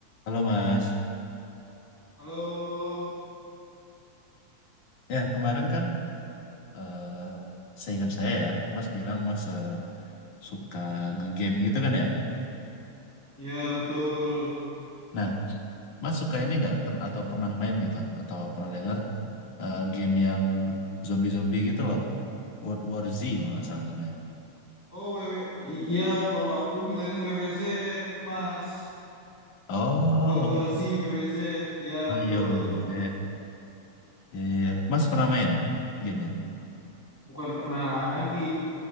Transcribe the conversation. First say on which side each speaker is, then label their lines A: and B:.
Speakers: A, on the left (about 90°); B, in the centre.
A: Halo Mas,
B: Halo,
A: ya kemarin kan eh seingat saya ya, Mas bilang Mas eh, suka ngegame gitu kan ya.
B: iya betul.
A: Nah, Mas suka ini nggak per- atau pernah main gitu atau pernah dengar eh, game yang zombie-zombie gitu loh, World War Z kalau nggak salah namanya.
B: Oh, W W, I- iya kalau aku bilangnya W W Z Mas.
A: Oh,
B: Buat Warzi W W Z iya
A: oh
B: betul.
A: iya WWZ. Ya, ya, ya. Mas pernah main gamenya?
B: Bukan pernah lagi.